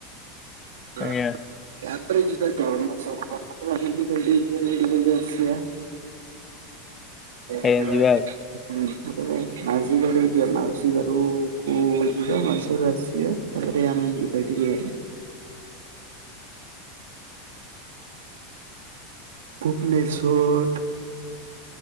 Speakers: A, on the right (about 80°); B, on the left (about 25°).
A: <unintelligible>
B: ଆଜ୍ଞା
A: <unintelligible>
B: ଆଜ୍ଞା ଯିବା
A: ମାଝୀ ଘରୁ ମାଉସୀ ଘରୁ ଓ ଯିବା ମାଉସି ଘରୁ ଆସିବା ତାପରେ ଆମେ ଯିବାଟିକେ ଭୁବନେଶ୍ୱର।